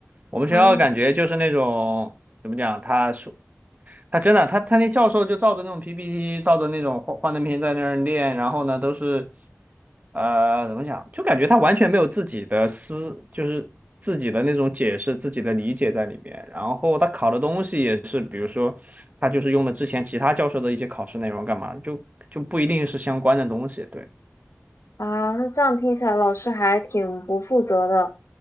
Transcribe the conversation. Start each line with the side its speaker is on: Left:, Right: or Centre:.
Right: 我们学校感觉就是那种怎么讲，
Left: 啊
Right: 他说。他真的，他他那教授就照着那种 PPT，照着那种幻幻灯片在那儿练，然后呢，都是，呃，怎么讲，就感觉他完全没有自己的思，就是自己的那种解释、自己的理解在里面。然后他考的东西也是，比如说，他就是用了之前其他教授的一些考试内容干嘛，就就不一定是相关的东西。对
Left: 啊，那这样听起来老师还挺不负责的。